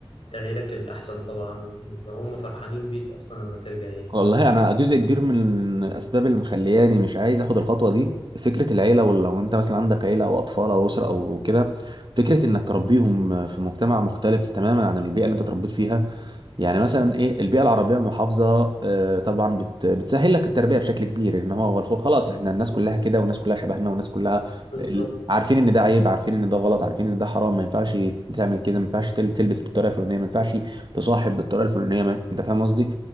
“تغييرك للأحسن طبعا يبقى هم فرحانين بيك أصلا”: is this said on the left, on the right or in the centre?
Left